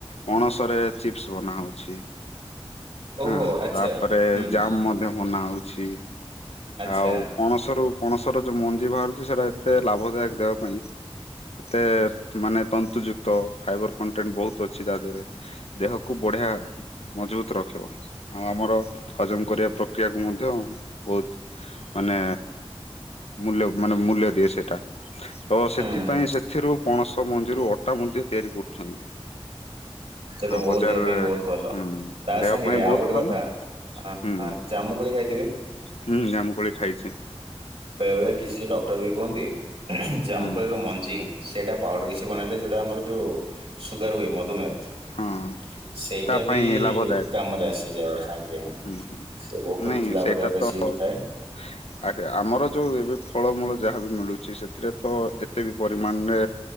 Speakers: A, on the left (about 85°); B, on the right (about 70°).
A: ପଣସରେ ଚିପ୍ସ ବନାହଉଛି।
B: ଓହୋ
A: ହଁ
B: ଆଚ୍ଛା।
A: ତାପରେ
B: ହୁଁ ହୁଁ
A: ଜାମ୍ ମଧ୍ୟ ବନା ହଉଛି
B: ଆଚ୍ଛା
A: ଆଉ ପଣସରୁ ପଣସର ଯୋଉ ମଞ୍ଜି ବାହାରୁଚି ସେଇଟା ଏତେ ଲାଭଦାୟକ ଦେବା ପାଇଁ ଏତେ ମାନେ ତନ୍ତୁଯୁକ୍ତ ଫାଇବର କଣ୍ଟେଣ୍ଟ ବହୁତ ଅଛି ତା ଦେହରେ। ଦେହକୁ ବଢିଆ ମଜବୁତ ରଖିବ ଆଉ ଆମର ହଜମ କରିବା ପ୍ରକ୍ରିୟାକୁୁ ମଧ୍ୟ ବହୁତ ମାନେ ମୂଲ୍ୟ ମାନେ ମୂଲ୍ୟ ଦିଏ ସେଇଟା। ତ
B: ହୁଁ
A: ସେଥିପାଇଁ ସେଥିରୁ ପଣସ ମଞ୍ଜିରୁ ଅଟା ମଧ୍ୟ ତିଆରି କରୁଛନ୍ତି।
B: ସେଟା
A: ଆଉ
B: ବହୁତ
A: ବଜାରରେ
B: ଦେହ ପାଇଁ ବହୁତ ଭଲ।
A: ହୁଁ
B: ତା
A: ଦେହ
B: ସାଙ୍ଗରେ
A: ପାଇଁ
B: ଆଉ
A: ବହୁତ
B: ଗୋଟେ
A: ଭଲ
B: କଥା ଆ ଆ
A: ହୁଁ
B: ଜାମୁ କୋଳି ଖାଇଥିବେ?
A: ହୁଁ ଜାମୁକୋଳି ଖାଇଛି।
B: ବେଳେବେଳେ କିଛି ଡକ୍ଟର ବି କୁହନ୍ତି ଜାମୁକୋଳିର
A: ହୁଁ
B: ମଞ୍ଜି ସେଇଟା ପାଉଡର କିଛି ବନେଇଲେ ଯୋଉଟା ଆମର ଯୋଉ ସୁଗାର ହୁଏ ମଧୁମେହ
A: ହଁ
B: ସେଇଟା
A: ତା ପାଇଁ
B: ବି
A: ଲାଭଦାୟକ।
B: କାମରେ
A: ହୁଁ
B: ଆସିଯାଏ ଆଜ୍ଞା
A: ହୁଁ ହୁଁ
B: ସେ ବହୁତ
A: ନାଇଁ
B: ଲାଭଦାୟକ
A: ସେଇଟା ତ
B: ସିଏ। <unintelligible>
A: <inaudible> ଆଜ୍ଞା ଆମର ଯୋଉ ଏବେ ଫଳମୂଳ ଯାହାବି ମିଳୁଚି ସେଥିରେ ତ ଏତେ ବି ପରିମାଣରେ